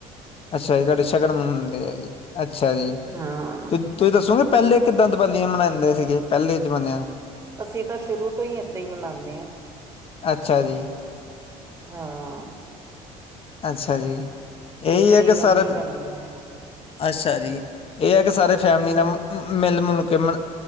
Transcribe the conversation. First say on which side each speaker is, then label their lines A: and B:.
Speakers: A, on the left; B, on the right.
A: ਅੱਛਾ ਜੀ, ਤੁਹਾਡੇ ਸ਼ਗਨ ਮਨਾਂਦੇ ਆਜੀ ਅੱਛਾ ਜੀ।
B: ਹਾਂ
A: ਤੁਸੀਂ ਦੱਸੋਗੇ ਪਹਿਲੇ ਕਿੱਦਾਂ ਦੀਵਾਲੀਆਂ ਮਨਾਂਦੇ ਸੀਗੇ? ਪਹਿਲੇ ਜਮਾਨੇਆਂ।
B: ਅਸੀਂ ਤਾਂ ਸ਼ੁਰੂ ਤੋਂ ਹੀ ਇਦਾਂ ਹੀ ਮਨਾਨਦੇ ਹਾਂ।
A: ਅੱਛਾ ਜੀ।
B: ਹਾਂ।
A: ਅੱਛਾ ਜੀ- ਅੱਛਾ ਜੀ,
B: ਖਿਚੜੀ
A: ਇਹੀ ਹੈ ਕਿ
B: ਬੰਨੀ
A: ਸਾਰੇ,
B: ਬਣਨੀ ਹੈ
A: ਅੱਛਾ ਜੀ। ਇਹ ਹੈ ਕਿ ਸਾਰੇ ਫੈਮਿਲੀ ਨਾਲ ਮਿਲ-ਮੁਲ ਕੇ ਮ